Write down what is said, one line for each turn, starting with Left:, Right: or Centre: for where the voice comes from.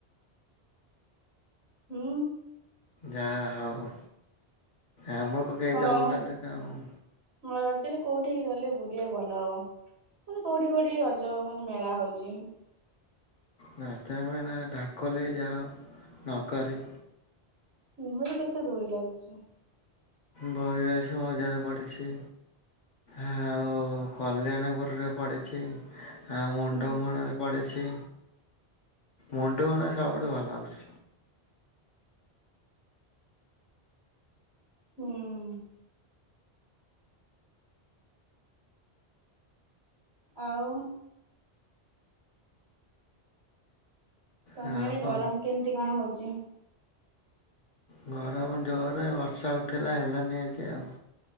Right: ହୁଁ।
Left: ଯାହା ହଉ ଆମକୁ କେହି
Right: ହଉ।
Left: ଦେଉନାହାନ୍ତି କାମ।
Right: ହଁ ରଜରେ କୋଉଠିକି ଗଲେ ବୁଲିବା କୁ ଭଲ ହବ। ମାନେ କୋଉଠି କୋଉଠି ରଜ ମାନେ ମେଳା ହଉଛି।
Left: ରାଜା ମାନେ ଢାକ ନେଇକି ଯାଅ ନକରି।
Right: <inaudible> କେତେ ଦୋଳି ଲାଗୁଛି।
Left: ବାଇଆ ଆସି ମଜାରେ ପଡ଼ିଛି। ଆଉ କଲ୍ୟାଣପୁରରେ ପଡିଛି। ହଁ ମୁଣ୍ଡ
Right: ହୁଁ।
Left: ମଣାରେ ପଛି ମୁଣ୍ଡ ମଣା ସବୁଠୁ ଭଲ ହଉଛି।
Right: ହୁଁ। ଆଉ। ତମ
Left: ଆଉ
Right: ଆଡେ
Left: କଣ
Right: ଗରମ କେମତି କଣ ହଉଛି।
Left: ଗରମ ଜୋରରେ ବର୍ଷା ଉଠେଇଲା ହେଲାନି ଆଜି ଆଉ।